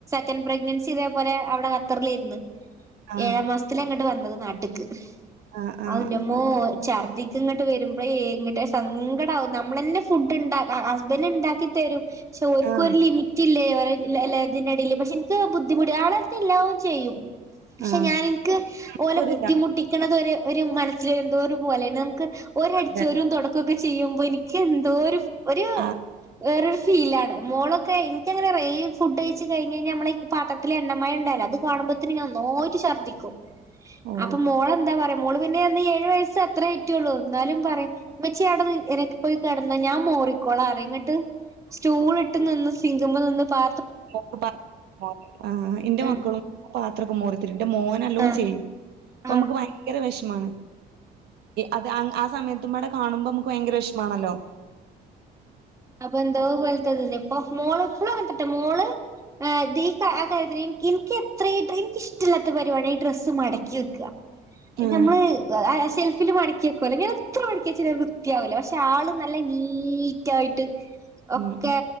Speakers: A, on the right; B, on the right.
A: ദെൻ പ്രെഗ്നൻസി ഇതേപോലെ അവിടെ- ത്തറിലായിരിന്ന്
B: ആഹ്
A: <inaudible> ഏഴാം മാസത്തില ഇങ്ങോട്ട്‌ വന്നത് നാട്ട്ക്ക്
B: ആഹ് ആഹ്
A: അതിന്റമ്മോ ഛർദ്ദിക്ക് ഇങ്ങോട്ട് വരുമ്പോയെ എങ്ങിട്ടെ സങ്കടമാവും നമ്മളന്നെ ഫുഡ് ഉണ്ടാക്ക ഹസ്ബൻഡ് ഉണ്ടാക്കി തരും- പക്ഷെ ഓർക്കും
B: ആഹ്
A: ഒരു ലിമിറ്റില്ലേ ല്ലേ ഇതിടിയില് പക്ഷെ എനിക്ക് ബുദ്ധിമുട്ട ആളടുത്തില്ല. ചെയ്യും പക്ഷെ
B: ആഹ്
A: ഞാൻ എനിക്ക്
B: എനിക്കൊരു
A: ഓലെ ബുദ്ധിമുട്ടിക്കുണത്
B: ഇതാണ്
A: ഒരു- ഒരു മനസ്സിൽ ഒരു എന്തൊരു പോലെ- ഓരടിച്ചു
B: അതെ
A: ഓരു തുടക്കും ക്കെ ചെയ്യുമ്പോ എനിക്ക് എന്തോ ഒരു- ഒരു
B: ആഹ്
A: വേറൊരു ഫീലാണ് മോളൊക്കെ എനിക്കങ്ങനെ റെയർ ഫുഡ് കഴിച്ച്- കഴിഞ് കഴിഞ്ഞ നമ്മള ഈ പാത്രത്തില് എണ്ണമയം ഉണ്ടാവല്ലോ അത്- കാണുമ്പോ തന്നെ ഞാൻ ന്നായിട് ഛർദ്ദിക്കും.
B: ഓഹ്
A: അപ്പൊ മോൾ എന്താ പറയും? മോള് പിന്നെ അന്ന് ഏഴു വയസ് അത്രേ ആയിട്ടുള്ളൂ എന്നാലും പറയും ഉമ്മച്ചി അവിടുന്ന് എനീക് പോയി കിടന്നോ ഞാൻ മോറിക്കോളാം ന്നുപറയും ന്നിട്ട് സ്റ്റൂൾ ഇട്ട് നിന്ന് സിങ്കുമേ നിന്ന് പാ
B: <unintelligible> ആ എന്റെ
A: ഉം
B: മക്കളും. പാത്രൊക്കെ മോറിത്തരും ന്റെ മോൻ നല്ലൊലെ
A: ആഹ്
B: ചെയ്യും അപ്പൊ
A: ആഹ്
B: നമുക്ക് ഭയങ്കര വിഷമമാണ് അത് ആ സമയത്തുമ്മാടെ- കാണുമ്പോ നമുക്ക് ഭയങ്കര വിഷമമാണല്ലോ
A: അതെന്തോപോലത്തതല്ലേ? ഓ മോള് എപ്പളു അങ്ങനത്തട്ടെ മോള് ആഹ് ദീക്ക ഏഹ് ഈ കാര്യത്തില്, എനിക്ക് എത്രായിട്ടു എനിക്ക് ഇഷ്ടില്ലാത്ത പരിപാടിയാ ഈ ഡ്രസ്സ് മടക്കി വെക്കാ.
B: ആഹ്
A: നമ്മള് ആ ഷെൽഫ് ഫില് മടക്കി വെക്കു ചെലത് ഞാന് എത്ര മടക്കിവച്ചാലും വൃത്തിയാവില്ല. പക്ഷെ ത്താള് നല്ല നീറ്റായി ട്ട് ഒക്കെ
B: ഉം ഉം